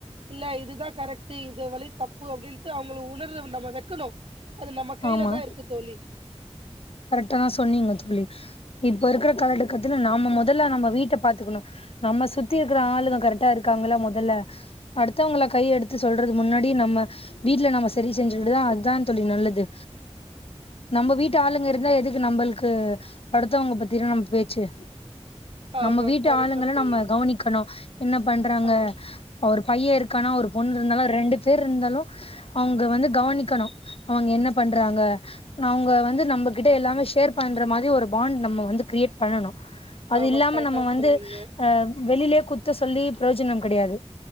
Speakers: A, on the right (about 60°); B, on the left (about 55°).
A: இல்ல இதுதான் கரெக்ட் இது வழி தப்பு அப்டின்ட்டு அவங்கள உணர்ர நம்ம வைக்கணும் அது நம்ம கைய்ல
B: ஆமா
A: தான் இருக்கு தோழி
B: கரெக்டா தான் சொன்னீங்க தோழி இப்ப இருக்கிற கால கட்டத்துல நாம முதல்ல நம்ம வீட்ட பாத்துக்கணும் நம்ம சுத்தி இருக்கிற ஆளுங்க கரெக்டா இருக்காங்களா முதல்ல அடுத்தவங்கள கை எடுத்து சொல்றது முன்னாடி நம்ம வீட்ல நம்ம செரி செஞ்சிட்டுதான் அதுதான் தோழி நல்லது நம்ம வீட்டு ஆளுங்க இருந்தா எதுக்கு நம்மளுக்கு அடுத்தவங்க பத்தின நம்ம பேச்சு
A: ஆமா
B: நம்ம வீட்டு
A: கரெக்டா
B: ஆளுங்கள
A: சொன்னீங்க
B: நம்ம கவனிக்கணும் என்ன பண்றாங்க
A: ஆமா
B: ஒரு பையன் இருக்கானா ஒரு பொண்ணு இருந்தாலும் ரெண்டு பேர் இருந்தாலும் அவுங்க வந்து கவனிக்கணும் அவுங்க என்ன பண்றாங்க அவ்ங்க வந்து நம்பகிட்ட எல்லாமே ஷேர் பண்ற மாரி ஒரு பாண்ட் நம்ம வந்து கிரியேட் பண்ணனு அது
A: ஆமா
B: இல்லாம
A: கரெக்டா
B: நம்ம வந்து
A: சொன்னீங்க.
B: அ வெளிலே குத்த சொல்லி ப்ரோஜனம் கடையாது